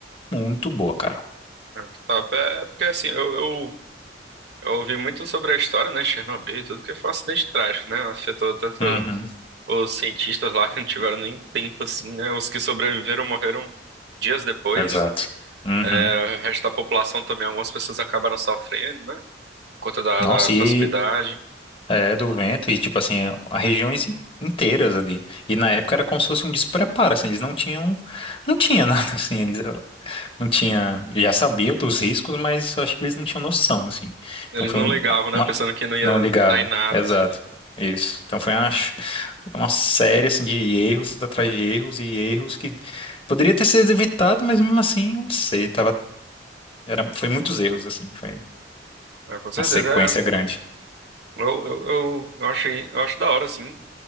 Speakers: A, on the left; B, on the right.
A: Muito boa, cara.
B: Ah, que top. É, é porque assim, eu, eu, eu ouvi muito sobre a história, né, de Chernobyl, e tudo que foi um acidente trágico, né? Afetou tanto
A: Uhum,
B: os cientistas lá que não tiveram nem tempo, assim, né? Os que sobreviveram morreram dias depois.
A: exato. Uhum.
B: É, O resto da população também, algumas pessoas acabaram sofrendo, né? Por conta da
A: Nossa,
B: da proximidade.
A: e é do vento, e tipo assim, a regiões in- inteiras ali. E na época era como se fosse um despreparo, assim, eles não tinham. Não tinha <laughs> nada assim. Eles, não tinha, já sabia dos riscos, mas eu acho que eles não tinham noção, assim. Então
B: Eles
A: foi
B: não
A: um,
B: ligavam, né?
A: uma-
B: Pensando que não ia
A: não ligavam.
B: dar em nada,
A: Exato.
B: assim.
A: Isso. Então foi uma, ch- uma série assim de erros atrás de erros e erros que poderia ter sido evitado, mas mesmo assim, eu não sei, tava era foi muitos erros assim, foi
B: Ah, com certeza.
A: uma sequência
B: É,
A: grande.
B: eu, eu, eu, eu achei, eu acho da hora, assim.